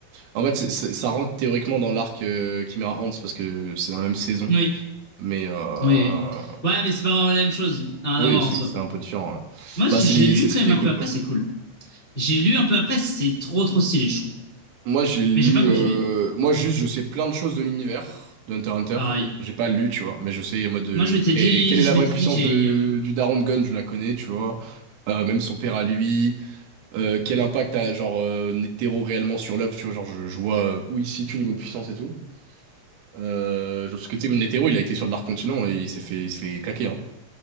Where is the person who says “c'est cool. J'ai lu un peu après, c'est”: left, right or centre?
Left